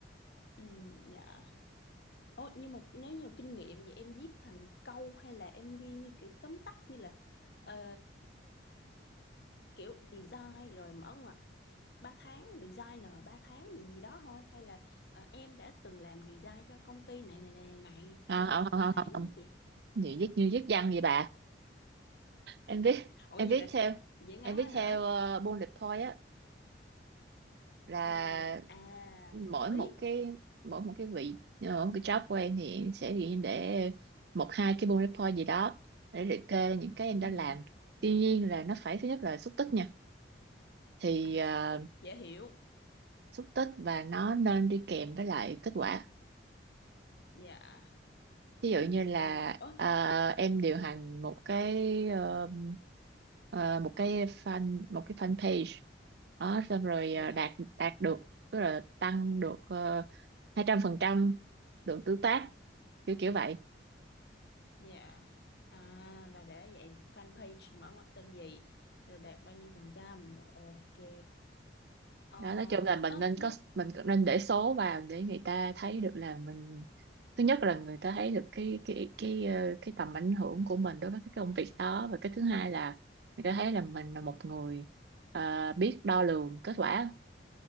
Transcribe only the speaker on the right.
à,
không
không
không
không
không.
như viết như viết văn vậy bà em viết
em viết
theo
em viết
theo uh, bullet point á là
mỗi
một cái mỗi một cái vị mỗi một cái job của em thì em sẽ ghi để một hai cái bullet point gì đó để liệt kê ra những cái em
đã làm tuy nhiên là nó phải thứ nhất là xúc tích nha thì
ờ,
xúc tích và nó nên đi kèm với lại kết quả
ví dụ như
là
ờ, em điều hành một cái ờ, ờ, một cái fan một cái fan page đó xong rồi
ờ, đạt đạt được tức là tăng được ờ, hai trăm phần trăm lượng tương tác kiểu kiểu vậy
đó nói chung là mình
nên
có mình cũng nên để số vào để người ta thấy được là mình thứ nhất là người ta thấy được cái cái cái ờ, cái tầm ảnh hưởng của mình đối với cái công việc đó và cái thứ hai là người ta thấy là mình là một người ờ, biết đo lường kết quả